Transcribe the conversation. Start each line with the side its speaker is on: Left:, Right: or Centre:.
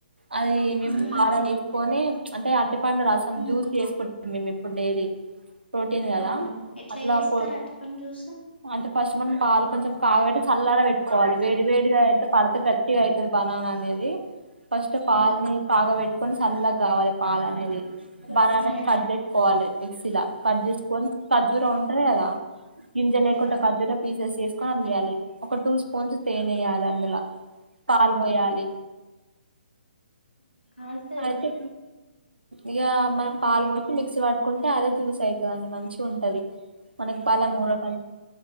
Right: అది మేము
Left: ఉమ్
Right: పాల లేసుకొని అంటే అరటి పండు రసం
Left: ఉమ్
Right: జూస్ చేసుకుంటాం మేము ఇప్పుడు డైరీ ప్రోటీన్ కదా
Left: అవునా ఎట్లా
Right: అట్లా
Left: చేస్తారు
Right: ప్రో
Left: అరటిపండు జ్యూస్
Right: అంటే ఫస్ట్ మనం పాలు కొంచెం కాగబెట్టి చల్లార పెట్టుకోవాలి వేడి వేడిగా అయితే పడితే గట్టిగైతది బనానా అనేది ఫస్ట్
Left: ఉమ్
Right: పాల్ని కాగా పెట్టుకొని చల్లగా కావాలి పాలనేది బనానా
Left: ఉమ్
Right: కట్ చేసుకోవాలి మీక్సీలా కట్ చేసుకోని ఖర్జూర ఉంటది కదా గింజ లేకుండా
Left: ఉమ్
Right: ఖర్జూర పీసెస్ చేసుకొని అడియాలి ఒక టూ స్పూన్స్ తేనెేయాలి అందులో పాల్ పోయాలి
Left: కాల్తది
Right: అయితే ఇక మనం పాలు
Left: ఉమ్
Right: పోసి మిక్సీ పట్టుకుంటే అదే జ్యూస్ అవుతుంది అండి మంచిగా ఉంటది మనకి బలం రో